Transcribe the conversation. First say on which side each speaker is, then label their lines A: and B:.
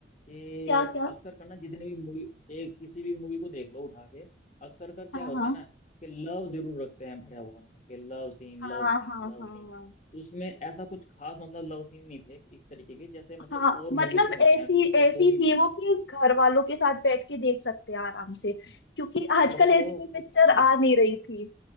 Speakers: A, on the left; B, on the left.
A: कि
B: क्या क्या
A: अक्सर करना जितनी भी मूवी एक किसी भी मूवी को देख लो उठा के अक्सर कर क्या
B: हाँ
A: होता
B: हाँ
A: है ना कि लव जरूर रखते हैं भरा हुआ उनमें कि love scene
B: हाँ
A: love scene
B: हाँ
A: love
B: हाँ
A: scene उसमें ऐसा कुछ खास मतलब लव सीन नहीं थे इस तरीके के जैसे मतलब
B: हाँ
A: और
B: मतलब
A: मूवीज में होते
B: ऐसी
A: हैं खासकर
B: ऐसी
A: बॉलीवुड
B: थी
A: में
B: वो कि घर वालों के साथ बैठ के देख सकते हैं आराम से
A: हम्म,
B: क्योंकि आजकल
A: घर वालों
B: ऐसी कोई
A: के
B: पिक्चर
A: साथ बिल्कुल
B: आ नहीं रही थी